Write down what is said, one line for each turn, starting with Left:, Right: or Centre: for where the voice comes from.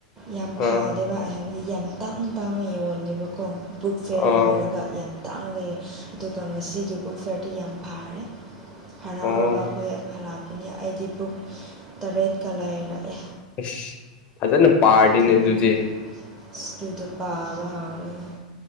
Right: ꯌꯥꯝ ꯐꯥꯗꯦꯕ
Left: ꯑꯥ
Right: ꯍꯥꯏꯕꯗꯤ ꯌꯥꯝ ꯇꯥꯡꯅ ꯇꯥꯡꯅ ꯌꯣꯜꯂꯦꯕꯀꯣ ꯕꯨꯛ ꯐꯤꯌꯔ
Left: ꯑꯥ
Right: ꯍꯥꯏꯔꯒ ꯌꯥꯝ ꯇꯥꯡꯉꯒ ꯌꯥ ꯑꯗꯨꯒ ꯉꯁꯤꯒꯤ ꯕꯨꯛ ꯐꯤꯌꯔꯗꯤ ꯌꯥꯝ ꯐꯔꯦ ꯍꯔꯥꯎꯔꯒ
Left: ꯑꯣ
Right: ꯑꯩꯈꯣꯏ ꯍꯜꯂꯥꯛꯄꯅꯤ ꯑꯩꯗꯤ ꯕꯨꯛ ꯇꯔꯦꯠꯀ ꯂꯩꯔꯛꯑꯦ
Left: ꯑꯁ ꯐꯖꯅ ꯄꯥꯔꯗꯤꯅꯦ
Right: ꯑꯗꯨ
Left: ꯑꯗꯨꯗꯤ
Right: ꯑꯗꯨꯗ ꯄꯥꯕ ꯍꯧꯔꯅꯤ